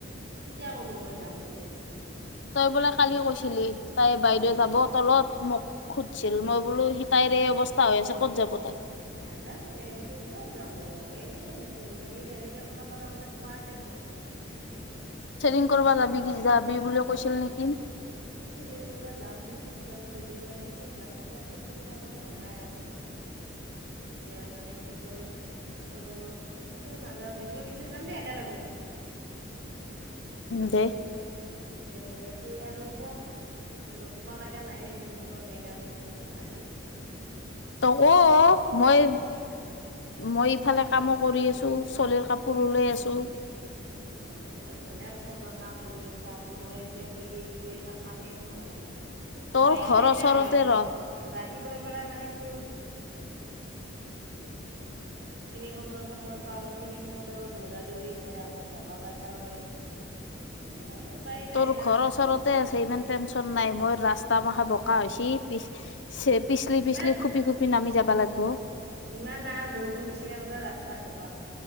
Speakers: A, on the right; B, on the left.
A: তিয়া ক'লো মই যাম বুলি।
B: তই বোলে কালি কৈছিলি, তাই বাইদেউ
A: তই
B: যাব তলত মোক খুধছিল, মই বোলো সি তাইৰে এই অৱস্থা হৈ আছে ক'ত যাব তাই।
A: নাযা এনেই কৈছে, ক'ত যাম বুলি ক এনে এনেই সুধচি কি যানি এনেকে কথা পাতাতে কোৱা গেল চাগে।
B: চেলিং কৰিব যাবি কি যাবি বুলি কৈছিল নেকি।
A: থেদিং কৰিবা যাম পিছত যাম দুদিনমান পিছত যাম, এতিয়া খোজ চোজ কাঢ়বৰ মন নাই আৰু। এতিয়া মানে কি হ'ল অ এতিয়া নাযাওঁ, দুদিনৰমান পিছত যাম দেই একেলগে। উ
B: দে
A: দে বাকী আৰু ক তোৰ ক'বা লগা নাই নেকি মুখখন বেঙা বেঙি কৰি থাকা যি।
B: তই ক' মই মই ইফালে
A: অ
B: কামো
A: তই
B: কৰি আছো, চলিৰ কাপোৰ লৈ আছো
A: উ তই ভালে কৈছা তই কাম কৰি আছা মই এতিয়াক লাগি এটা কামেই হোৱা নাই,
B: তোৰ
A: উপায়ো
B: ঘৰৰ
A: নাই
B: ওচৰতে
A: না। ৰা
B: ৰ
A: ৰাতি পোৱাৰ পৰা মানে কি হ'ল সেইখিনি <unintelligible>
B: তোৰ
A: না
B: ঘৰৰ ওচৰতে
A: কি কৰিবি
B: আছে ইমান টেনচন নাই মই ৰাস্তা মাশা বোকা হৈছি পি পিছলি
A: ইমান
B: পিছলি খুপি খুপি নামি যাবা লাগিব।
A: ইমান ন বৰষুণ দিচিনা গতেই ৰাস্তাত ব